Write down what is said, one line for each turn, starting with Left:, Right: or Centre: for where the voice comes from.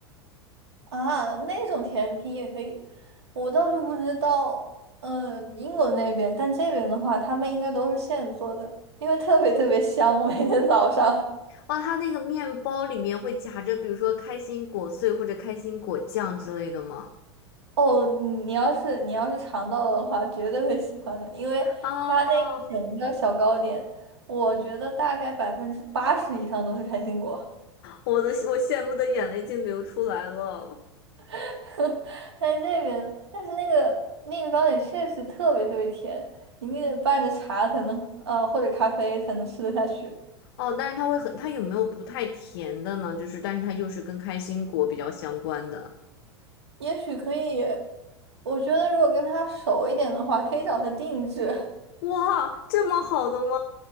Right: 啊，那种甜品也可以，我倒是不知道，嗯，英国那边，但这边的话，他们应该都是现做的，因为特别特别香，每天早上。
Left: 哇，他那个面包里面会夹着，比如说开心果碎或者开心果酱之类的吗？
Right: 哦，你要是你要是尝到了的话，绝对会喜欢的，因为它那一整个小糕点，
Left: 啊，
Right: 我觉得大概百分之八十以上都是开心果，
Left: 我的我羡慕的眼泪竟流出来了。
Right: <laughs> 但是这边，但是那个那个糕点确实特别特别甜，你必须得拌着茶才能，呃，或者咖啡才能吃得下去。
Left: 哦，但是它会很，它有没有不太甜的呢？就是，但是它又是跟开心果比较相关的。
Right: 也许可以，我觉得如果跟他熟一点的话，可以找他定制，<laughs>
Left: 哇，这么好的吗？